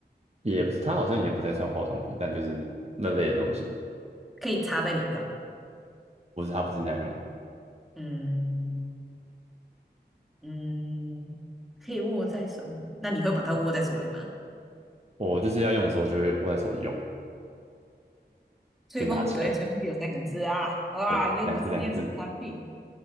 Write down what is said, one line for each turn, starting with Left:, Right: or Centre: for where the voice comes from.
Right: 也不是，它好像也不太算化妆品，但就是那类的东西，
Centre: 可以擦在脸上，
Right: 不是，它不是那样用的
Centre: 嗯嗯，可以握在手里。那你会把它握在手里吗？
Right: 我就是要用的时候就会握在手里用，
Centre: 吹风，
Right: 就拿起来，
Centre: 对，吹风机有三个字啊，哇，
Right: 对，
Centre: 又不是电子产品，
Right: 两个字两个字，